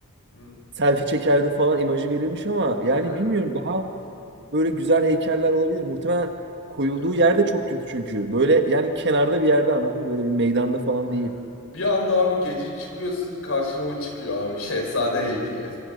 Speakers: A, on the left (about 65°); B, on the right (about 55°).
A: Hı.
B: selfie çekerdi falan imajı verilmiş ama yani
A: Evet.
B: bilmiyorum daha
A: Hı.
B: böyle güzel heykeller olabilir. Muhtemelen koyulduğu
A: evet.
B: yerde çok kötü çünkü. Böyle yani kenarda bir yerde anladın mı? Böyle bir meydanda falan
A: Yani
B: değil.
A: bir anda abi gece çıkıyorsun karşına o çıkıyor abi. Şehzade heykeli.